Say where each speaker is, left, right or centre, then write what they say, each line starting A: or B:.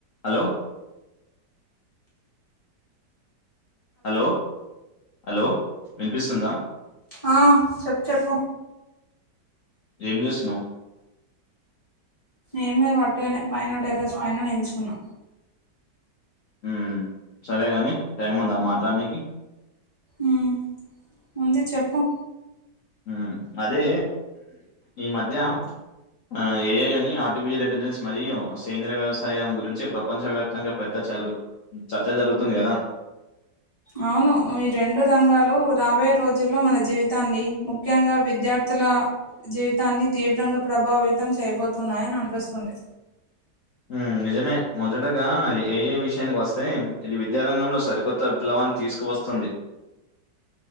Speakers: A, on the left; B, on the left.
A: Hello. Hello hello వినిపిస్తుందా.
B: ఆ చెప్పు చెప్పు.
A: ఏం చేస్తున్నావ్.
B: ఏం లే కొట్టిటుగానే పైన టెర్రస్ పైన నిల్చున్న.
A: ఉ సరేగాని టైం ఉందా మాట్లాడ్నికి.
B: ఉ ఉంది చెప్పు.
A: ఉ అది ఈ మధ్య. ఆ ఏఐ అని ఆర్టిఫిషియల్ ఇంటెలిజెన్స్ మరియు సేంద్రయ వ్యవసాయం గురించి ప్రపంచవ్యాప్తంగా. పెద్ద చరువు చర్చ జరుగుతుంది గదా.
B: అవును ఈ రెండు రంగాలు రాబోయే రోజుల్లో మన జీవితాన్ని ముఖ్యంగా విద్యార్థుల. జీవితాన్ని తీవ్రంగా ప్రభావితం చేయబోతున్నాయని అనిపిస్తుంది.
A: ఉ నిజమే మొదటగా ఏఐ విషయానికి వస్తే ఇది విద్యారంగంలో సరికొ. పిలవాని తీసుకువస్తుంది.